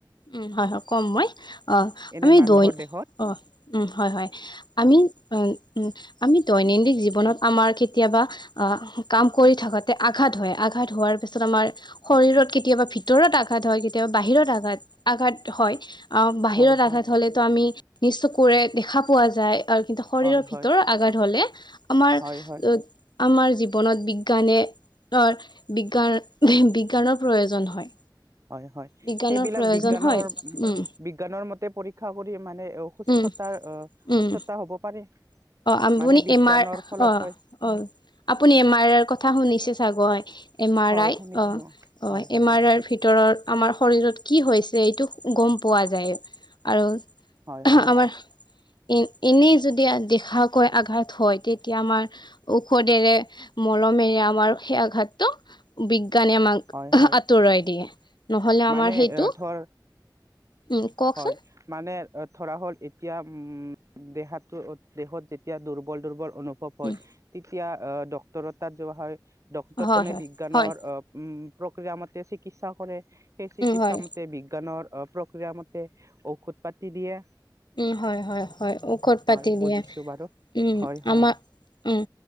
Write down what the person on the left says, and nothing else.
উম হয় হয় কম মই অ
আমি
দৈ
অ উম হয় হয় আমি উ আমি দৈনন্দিন জীৱনত আমাৰ কেতিয়াবা আহ কাম কৰি থাকোতে আঘাত হয় আঘাত হোৱাৰ পিছত আমাৰ শৰীৰত কেতিয়াবা ভিতৰত আঘাত হয় কেতিয়াবা বাহিৰত আঘাত আঘাত হয় আ বাহিৰত
আঘাত হলেতো আমি নিজ চকুৰে দেখা পোৱা যায় আৰু কিন্তু শৰীৰৰ
ভিতৰৰ
আগাত হলে আমাৰ
আমাৰ জীৱনত বিজ্ঞানে অ বিজ্ঞা বিজ্ঞানৰ প্ৰয়োজন হয়
বিজ্ঞানৰ
প্ৰয়োজন
হয়, উম।
উম,
উম,
আপুনি
এম আৰ
অ
অ আপুনি এম আৰৰ কথা শুনিছে চাগৈ এম আৰ
আই
অঁ
অঁ
এম আৰ আইৰ ভিতৰৰ আমাৰ শৰীৰত কি হৈছে এইটো গম পোৱা যায় আৰু
আমাৰ এ এনেই যদি দেখাকৈ আঘাত হয় তেতিয়া আমাৰ ঔষধেৰে মলমেৰে আমাৰ সেই আঘাতটো বিজ্ঞানে আমাক
আঁতৰাই দিয়ে নহলে
আমাৰ সেইটো
উম, কওকচোন
উম,
হয়, হয়,
হয়,
উম, হয়।
উম হয় হয় হয় ঔষধ পাতি
দিয়ে
উম
আমাৰ উম